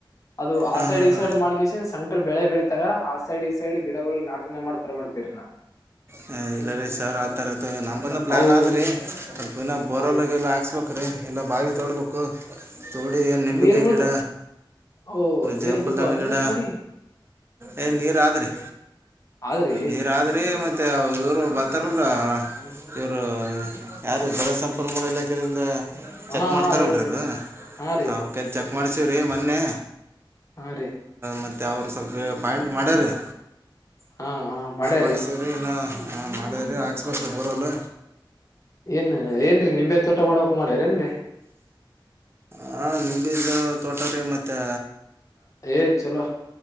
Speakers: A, on the left; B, on the right.
A: ಅದು ಆ
B: ಹಾಂ
A: ಸೈಡ್
B: ಹಾಂ
A: ಈ
B: ಹಾಂ
A: ಸೈಡ್ ಮಾಡ್ಕಸ ಸ್ಣ. ಬೆಳೆ ಬೆಳೀತಾರ ಆ ಸೈಡ್ ಈ ಸೈಡ್ ಗಿಡಗಳು ನಾಟನೆ ಮಾಡ್ತಾರ ಮಾಡ್ತೀವರಿ ನಾ.
B: ಹ ಎಲ್ಲರ ಸಾರ ಆ ತರ. ಮತ್ತು ನಮ್ಮ ಬಂದು ಪ್ಲ್ಯಾನ್
A: ಅವು
B: ಆದ್ರರಿ ಸ್ವಲ್ಪ ದಿನ ಬೋರೊಲಗೆಲ್ಲ
A: ಹಾ ರೀ
B: ಹಾಕ್ಸ್ಬೇಕು್ರೀ. ಎಲ್ಲ ಬಾವಿ ತೋಡಬೇಕು ತೋಡಿ ಎಲ್ಲಿ ನಿಂಬಿಕಾಯಿ
A: ನೀರ್ ಬೀಳ್ತ
B: ಗಿಡ.
A: ಓ ನೀರ್
B: ಜಂಪಲ್ದಾಣ
A: ಬೀಳ್ತಾವನ್ರಿ
B: ಗಿಡ
A: ನಿಮ್ ಕಡಿ
B: ಏ ನೀರು ಆದ್ರರಿ.
A: ಆದ್ರಿ
B: ನೀರ್ರಿ ಮತ್ತೆ ಇವರು ಬರ್ತಾರಲ್. ಇವರು ಯಾರು ಜಲಸಂಪನ್ಮೂಲ ಇಲಾಖೆಯಿಂದ. ಚೆಕ್
A: ಹಾ
B: ಮಾಡ್ತಾರಲ್ರಿ
A: ಹಾ ರೈಟ್ ರೈಟ್
B: ಅದು
A: ಹಾ ರೀ
B: ಅವ್ರ ಕೈಲ್ಲಿ ಚೆಕ್ ಮಾಡ್ಿಸೀವ್ರೀ ಮೊನ್ನೆ.
A: ಹಾ ರೀ
B: ಮತ್ತೆ ಅವರು ಸ್ವಲ್ಪ ಪಾಯಿಂಟ್ ಮಾಡ್ಯ ರೀ.
A: ಹಾ ಹಾ ಮಾಡ.
B: ಮಾಡ್ಿಸವ್ರಿ ಇನ್ನು ಮಾಡ್ಯ್ರಿ ಹಾಕ್ಸ್ಬೇಕ್ರೆ ಬರಲ್ಲ.
A: ಏನ್ ಏನ್ರರಿ ನಿಂಬೆ ತೋಟ ಮಾಡಕ ಮಾಡ್ಯಾರ ಏನ್ರರಿ.
B: ಹ ನಿಂಬಿದ್ದ ತೋಟ ರ ಮತ್ತೆ.
A: ಏ್ ಚಲೋ